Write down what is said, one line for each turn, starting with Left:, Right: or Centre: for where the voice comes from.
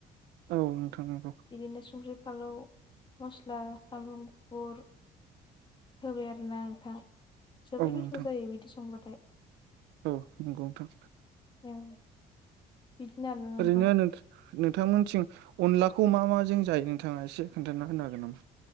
Right: औ नोंथां नंगौ।
Left: बिदिनो संख्रि फालौ मस्ला सामब्राम गुफु होबाय आरोना नोंथां जोबोर
Right: औ नोंथां
Left: गोथाव जायो बिदि संबाथाय।
Right: औ नंगौ नोंथां
Left: औ बिदिनो आरोना नोंथां
Right: ओरैनो होनों नोंथांमोनथिं अनलाखौ मा माजों जायो नोंथांङा एसे खोन्थाना होनो हागोन नामा?